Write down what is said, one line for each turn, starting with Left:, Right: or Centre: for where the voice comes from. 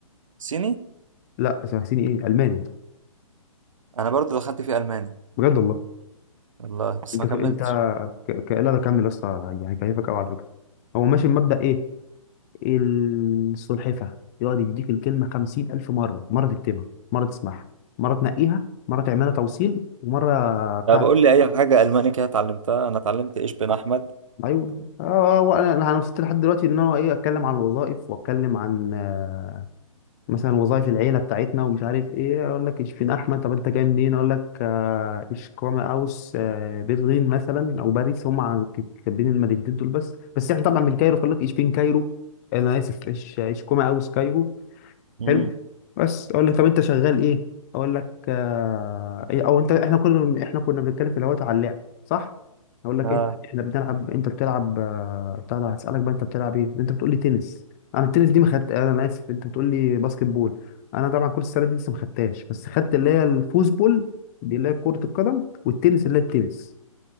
Right: صيني
Left: لا ساعتين ايه الماني
Right: انا برضو دخلت في الماني
Left: بجد والله
Right: والله بس
Left: انت
Right: ما
Left: ف...
Right: كملتش
Left: انت ك... ك... لا ده كمل لسه هي- هيكيفك قوي على فكره هو ماشي بمبدا ايه السلحفه يقعد يديك الكلمه خمسين الف مره مره تكتبها مره تسمعها مره تنقيها مره تعملها توصيل ومره بتاعت
Right: طب قول لي اي حاجه الماني كده اتعلمتها انا اتعلمت ايش بن احمد
Left: ايوه آه، آه، آه، انا أنا وصلت لحد دلوقتي ان انا ايه اتكلم عن الوظائف واتكلم عن آه، مثلا وظائف العيله بتاعتنا ومش عارف ايه اقول لك اشفين احمد طب انت جاي منين اقول لك آه، اشكوما اوس آه، برلين مثلا او باريس هم عن- كاتبين المدينتين دول بس بس احنا طبعا من كايرو فيقول لك اشبين كايرو انا اسف اش اشكوما اوس كايرو
Right: امم
Left: حلو بس اقول لك طب انت شغال ايه اقول لك آه إيه او انت احنا كنا احنا كنا بنتكلم في الاول على اللعب صح اقول لك
Right: اه
Left: ايه احنا بنلعب انت بتلعب آه، بتاع ده هسالك بقى انت بتلعب ايه انت بتقول لي تنس انا التنس دي ما خدت انا اسف انت بتقول لي باسكت بول انا طبعا كره السله دي لسه ما خدتهاش بس خدت اللي هي الفوز بول دي اللي هي كره القدم والتنس اللي هي التنس